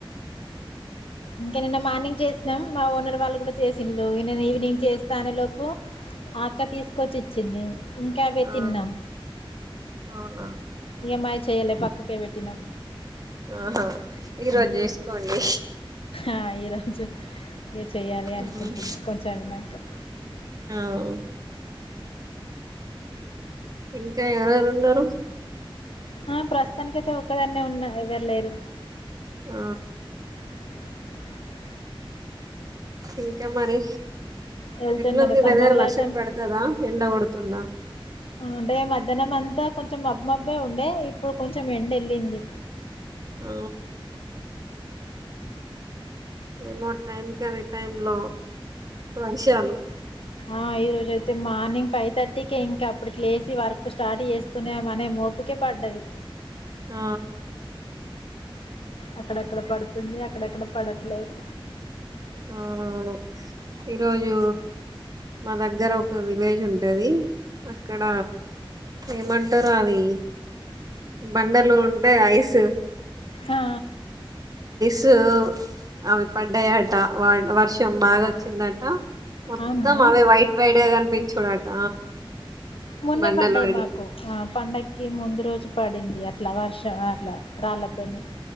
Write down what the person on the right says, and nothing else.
ఆ
అవునా
ఆహా ఈరోజు
చేసుకోండి.
ఉమ్,
అ ఇంకా ఎవర ఎరు ఉన్నారు
ఆ
ఇంకా మరి
ఎట్లుంది
వెదర్
వర్షం
పడుతదా ఎండ కొడుతుందా
ఆ రేమో టైంకి అనే టై లో వర్షాలు
ఆ
అవువును ఈరోజు మా దగ్గర ఒక ఒక విలేజ్ ఉంటది అక్కడ ఏమంటారు అది బండలు ఉంటే ఐస్
స్ అవి పడ్డయాట వర్షం బాగా వచ్చిందట మొత్తం
అవే వైట్ వైట్ కనిపించడుట
బండలు
అడి